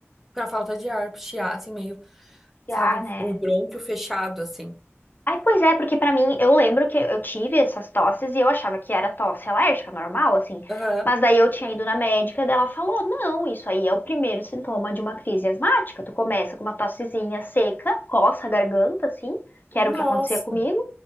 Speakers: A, in the centre; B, on the left.
A: Pra falta de ar, chiar, assim, meio,
B: Já,
A: sabe,
B: né?
A: o brônquio fechado, assim.
B: Aí, pois é, porque pra mim, eu lembro que eu tive essas tosses e eu achava que era tosse alérgica, normal, assim.
A: Aham.
B: Mas daí eu tinha ido na médica e daí ela falou: não, isso aí é o primeiro sintoma de uma crise asmática. Tu começa com uma tossezinha seca, coça a garganta, assim, que
A: Nossa.
B: era o que acontecia comigo.